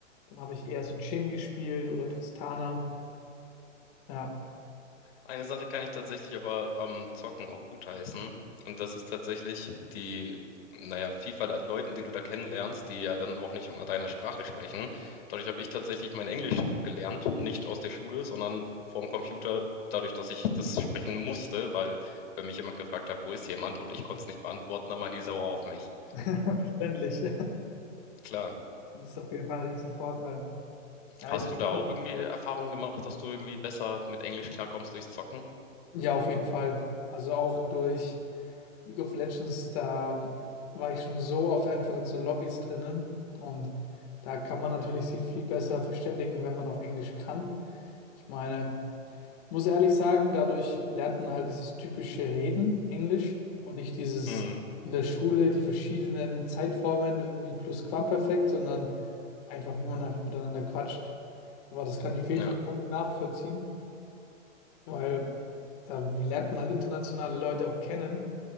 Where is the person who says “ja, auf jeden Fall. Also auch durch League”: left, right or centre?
Left